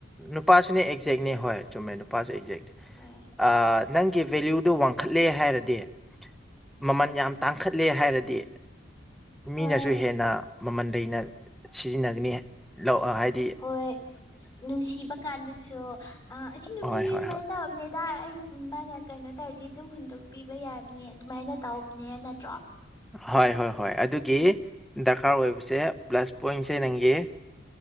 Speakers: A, in the centre; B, on the left.
A: ꯅꯨꯄꯥꯁꯨꯅꯦ ꯑꯦꯛꯖꯦꯛꯅꯤ ꯍꯣꯏ ꯆꯨꯝꯃꯦ ꯅꯨꯄꯥꯁꯨ ꯑꯦꯛꯖꯦꯛꯅꯦ
B: ꯍꯣꯏ
A: ꯑꯥ ꯅꯪꯒꯤ ꯚꯦꯂ꯭ꯌꯨꯗꯣ ꯋꯥꯡꯈꯠꯂꯦ ꯍꯥꯏꯔꯗꯤ ꯃꯃꯜ
B: ꯎꯝ
A: ꯌꯥꯝ ꯇꯥꯡ ꯈꯠꯂꯦ ꯍꯥꯏꯔꯗꯤ
B: ꯍꯣꯏ
A: ꯃꯤꯅꯁꯨ ꯍꯦꯟꯅ ꯃꯃꯟꯂꯩꯅ ꯁꯤꯖꯤꯟꯅꯒꯅꯤ ꯂꯧ ꯍꯥꯏ
B: ꯍꯣꯏ ꯅꯨꯡꯁꯤꯕ ꯀꯥꯟꯗꯁꯨ ꯑ ꯑꯁꯤ ꯅꯨꯄꯤꯗꯤ
A: ꯍꯣꯏ ꯍꯣꯏ ꯍꯣꯏ
B: ꯑꯗꯨꯃꯥꯏ ꯇꯧꯔꯝꯅꯦꯗꯥ ꯑꯩ ꯎꯝ ꯃꯥꯅ ꯀꯩꯅꯣ ꯇꯧꯔꯗꯤ ꯑꯗꯨꯝ ꯍꯨꯟꯗꯣꯛꯄꯤꯕ ꯌꯥꯕꯅꯦ ꯑꯗꯨꯃꯥꯏꯅ ꯇꯧꯕꯅꯦ ꯅꯠꯇ꯭ꯔꯣ
A: ꯍꯣꯏ ꯍꯣꯏ ꯍꯣꯏ ꯑꯗꯨꯒꯤ ꯗꯔꯀꯥꯔ ꯑꯣꯏꯕꯁꯦ ꯄ꯭ꯂꯁ ꯄꯣꯏꯠꯁꯦ ꯅꯪꯒꯤ